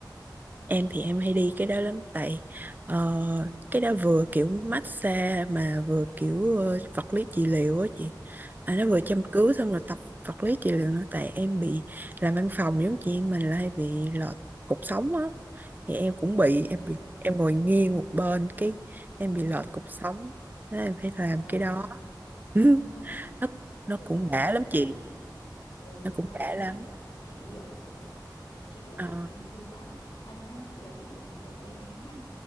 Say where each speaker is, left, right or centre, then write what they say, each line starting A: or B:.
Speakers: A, on the left; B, on the right.
A: đó
B: Em thì em hay đi cái đó lắm tại ờ, cái đó vừa kiểu massage mà vừa kiểu ờ, vật lý trị liệu á chị. À,
A: ừ,
B: nó
A: ừ
B: vừa châm cứu xong rồi tập vật lý trị liệu nữa tại em bị làm văn phòng giống chị mình là hay bị lọt cục sống á thì em cũng
A: Ừ,
B: bị
A: đúng rồi
B: em
A: đúng
B: bị
A: rồi
B: em ngồi nghiêng một bên cái em bị lọt
A: ừ.
B: cục sống Thế em phải làm
A: thế à
B: cái đó <laughs> Ừ,
A: Trời ơi,
B: nó
A: thế
B: nó
A: thì
B: cũng
A: là
B: đã
A: do em
B: lắm
A: bị
B: chị
A: ừ,
B: nó cũng
A: do em
B: đã lắm
A: bị phải trị liệu rồi còn chị là
B: ờ
A: kiểu đi thư giãn à nhưng mà chị là bị à, cổ vai gáy nha